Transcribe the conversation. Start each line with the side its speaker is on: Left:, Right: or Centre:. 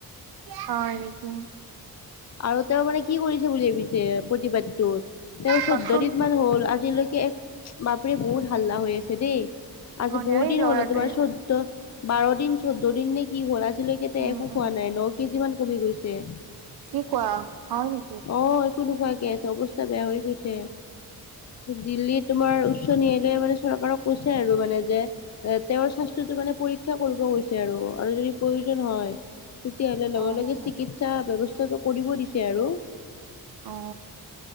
Right: হয় নেকি
Left: আৰু তেওঁ মানে কি কৰিছে বুলি ভাবিছে প্ৰতিবাদটোত তেওঁ চৈধ্য
Right: কোৱাচোন
Left: দিন মান হল আজিলৈকে এক বাপৰে বহুত হাল্লা হৈ আছে দেই আজি
Right: অ দিয়া
Left: বহু
Right: এই
Left: দিন
Right: ল'ৰাটোৱে
Left: হল এ তোমাৰ
Right: মানে
Left: চ ত বাৰ দিন চৈধ্য দিন নে কি হ'ল আজিলৈকে তে
Right: উম
Left: একো
Right: উম
Left: খোৱা নাই ন কেজিমান কমি গৈছে
Right: কি কোৱা হয় নেকি
Left: অ একো নোখোৱাকে আছে অৱস্থা বেয়া
Right: উম
Left: হৈ গৈছে দিল্লী তোমাৰ উচ্চ ন্যায়ালয়ে মানে চৰকাৰক কৈছে আৰু মানে যে এ তেওঁৰ স্বাস্থ্যতো মানে পৰীক্ষা কৰিব গৈছে আৰু আৰু যদি প্ৰয়োজন হয় তেতিয়াহলে লগে
Right: অ
Left: লগে
Right: অ
Left: চিকিৎসা ব্যৱস্থাটো কৰিব দিছে আৰু
Right: অ